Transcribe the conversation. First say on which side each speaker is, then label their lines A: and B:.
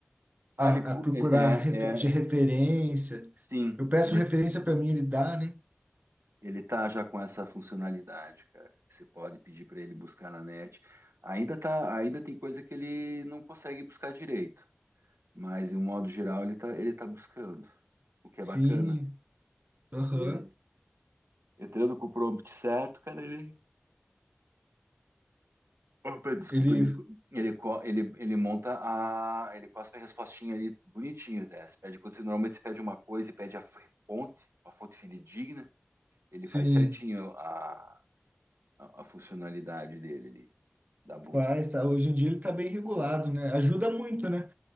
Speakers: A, on the right (about 85°); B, on the right (about 40°).
A: Ah,
B: A,
A: ele, pu-
B: a procurar
A: ele- é,
B: refe- de referência.
A: é, sim,
B: Eu peço
A: ele,
B: referência para mim, ele dá, né?
A: ele tá já com essa funcionalidade, cara. Que Você pode pedir para ele buscar na net. Ainda tá, ainda tem coisa que ele não consegue buscar direito, mas de um modo geral ele tá, ele tá buscando, o que
B: Sim,
A: é bacana.
B: aham.
A: Ele, entrando com o prompt certo, cara, ele Opa, desculpa,
B: Ele,
A: ele, ele, co- ele, ele monta a. Ele cospe a respostinha ali bonitinho, né? Você pede, quando você normalmente você pede uma coisa e pede a f- fonte, uma fonte fidedigna, ele
B: sim,
A: faz certinho a, a, a funcionalidade dele ali, da busca.
B: faz, tá? Hoje em dia ele tá bem regulado, né? Ajuda muito, né?